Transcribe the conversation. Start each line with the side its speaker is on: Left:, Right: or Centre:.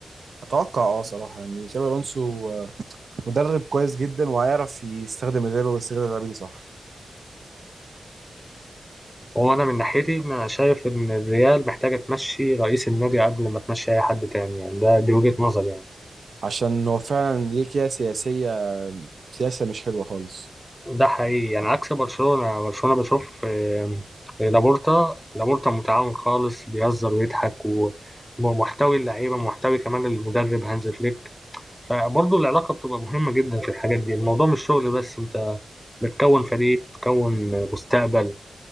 Right: اتوقع اه صراحه يعني تشابي الونسو آه، مدرب كويس جدا وهيعرف يستخدم اللعبه ويستغل اللعبه دي صح
Centre: هو انا من ناحيتي انا شايف ان الريال محتاجة تمشي رئيس النادي قبل ما تمشي اي حد تاني يعني ده دي وجهة نظري يعني
Right: عشان هو فعلا ليه كده سياسيه سياسه مش حلوه خالص
Centre: ده حقيقي يعني عكس برشلونة برشلونة بشوف آه، لابورتا لابورتا متعاون خالص بيهزر ويضحك ومحتوي اللعيبة محتوي كمان المدرب هانز فليك فبرضه العلاقة بتبقى مهمة جدا في الحاجات دي الموضوع مش شغل بس انت بتكون فريق بتكون مستقبل